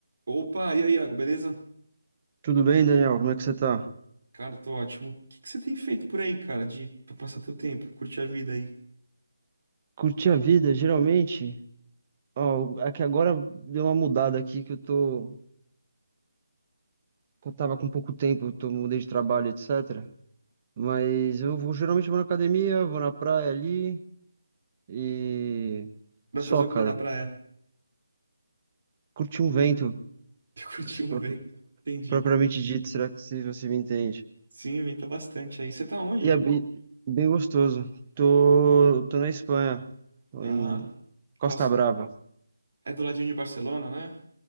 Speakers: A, on the right; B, on the right.
A: Opa, e aí, Iago, beleza?
B: Tudo bem, Daniel? Como é que você tá?
A: Cara, tô ótimo. O que que você tem feito por aí, cara, de pra passar teu tempo, curtir a vida aí?
B: Curti a vida, geralmente. Ó, aqui agora deu uma mudada aqui que eu tô. que Eu tava com pouco tempo, eu tô, mudei de trabalho, etc. Mas eu vou, geralmente vou na academia, vou na praia ali e.
A: Vai
B: Só,
A: fazer o
B: cara.
A: quê na praia?
B: Curti um vento,
A: <laughs> Curtir
B: se pro-
A: um vento. Entendi.
B: propriamente dito, será que se você me entende?
A: Sim, venta bastante aí. Você tá onde?
B: E é bem, bem gostoso. Tô, tô na Espanha, tô
A: Ah,
B: em Costa
A: qual ci-
B: Brava.
A: é do ladinho de Barcelona, né?